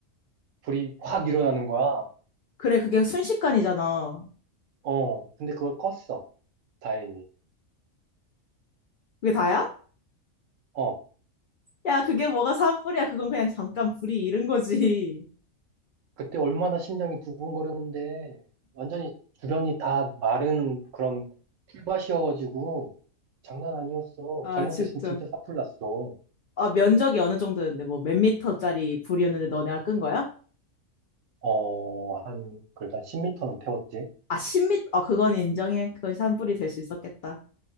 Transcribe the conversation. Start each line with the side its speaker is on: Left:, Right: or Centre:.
Right: 불이 확 일어나는 거야.
Left: 그래, 그게 순식간이잖아.
Right: 어, 근데 그걸 껐어. 다행히.
Left: 그게 다야?
Right: 어,
Left: 야, 그게 뭐가 산불이야? 그건 그냥 잠깐 불이 이른 거지.
Right: 그때 얼마나 심장이 두근거렸는데, 완전히 주변이 다 마른 그런 풀밭이어가지고, 장난 아니었어.
Left: 아,
Right: 잘못했으면
Left: 진짜.
Right: 진짜 사풀 났어.
Left: 아, 면적이 어느 정도였는데, 뭐, 몇 미터짜리 불이었는데 너네가 끈 거야?
Right: 어, 한, 그래도 한 1 0터는 태웠지.
Left: 아, 10미터? 아, 그건 인정해. 그건 산불이 될 수 있었겠다.